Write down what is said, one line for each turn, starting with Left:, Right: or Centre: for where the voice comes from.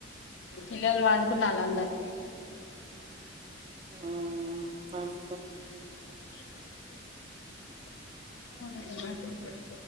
Left: పిల్లలు పడుకున్నళ్ళు అందరు
Right: ఆ ఆ పన్
Left: <unintelligible>